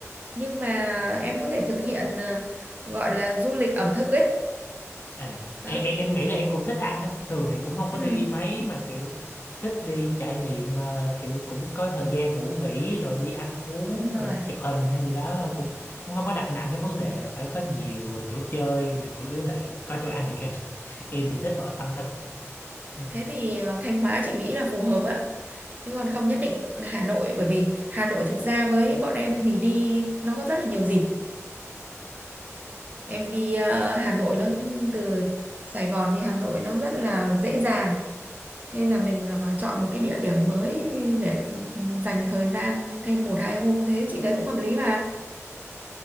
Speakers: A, on the right (about 30°); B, on the left (about 45°).
A: nhưng mà em có thể thực hiện ờ, gọi là du lịch ẩm thực ấy
B: À,
A: đó
B: em, em em nghĩ là em cũng thích ăn á. Thường thì cũng không
A: ừ,
B: có đi mấy mà kiểu thích đi trải nghiệm ờ, kiểu cũng có thời gian ngủ nghỉ rồi đi ăn uống
A: đúng rồi
B: rồi chụp hình hay gì đó thôi cũng cũng không có đặt nặng cái vấn đề là phải có nhiều ờ, chỗ chơi mà chủ yếu là có chỗ ăn thì kẹp em thì thích ở ẩm thực Ờ,
A: Thế thì ờ, Thanh Hóa chị nghĩ là phù hợp ạ. Chứ còn không nhất định là Hà Nội bởi vì Hà Nội thực ra với bọn em thì đi nó có rất là nhiều dịp. Em đi ờ, Hà Nội nó từ Sài Gòn đi Hà Nội nó rất là dễ dàng. Nên là mình ờ, chọn một cái địa điểm mới để ừ, dành thời gian thêm một hai hôm thế chị thấy cũng hợp lý mà.